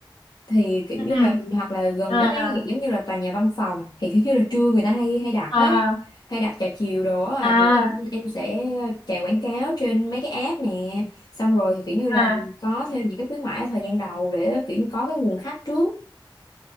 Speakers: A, on the left (about 50°); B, on the left (about 75°).
A: thì kiểu
B: ừ
A: như là hoặc là gần
B: à
A: mấy cái dạng giống như là tòa nhà văn phòng thì kiểu như là trưa người ta hay hay đặt
B: à
A: ấy hay đặt trà chiều đồ á
B: à
A: thì em em sẽ chạy quảng cáo trên mấy cái app nè xong rồi thì kiểu như là
B: à
A: có thêm những cái khuyến mãi ở thời gian đầu để kiểu như có cái nguồn khách trước